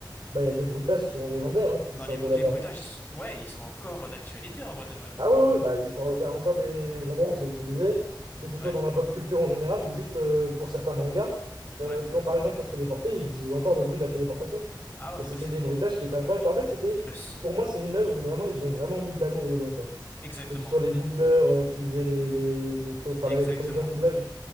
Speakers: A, on the right; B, on the left.
A: Bah, il y a des bruitages qui sont légendaires, hein, qui sortent
B: Non, les, bru-
A: de là-bas.
B: les bruitages,
A: hein.
B: ils s- ouais, ils sont encore euh, d'actualité, en vrai de vrai. hein.
A: Ah oui, oui, bah, ils sont... il y a encore des endroits où c'est utilisé, que ce soit
B: Ouais,
A: dans la pop culture en général ou juste euh, pour certains mangas.
B: ouais.
A: Euh, quand par exemple faut se téléporter, ils utilisent encore le bruit de la téléportation.
B: Ah ouais,
A: Et
B: non,
A: c'était
B: mais c'était
A: des bruitages qui étaient incroyables. En fait, c'était,
B: le... s-
A: pour moi, c'est une œuvre où vraiment ils ont vraiment mis de l'amour dedans, quoi.
B: Exactement,
A: Que ce soit les doubleurs euh, qui faisaient les, les, les, co- enfin,
B: exactement.
A: la- les comédiens de doublage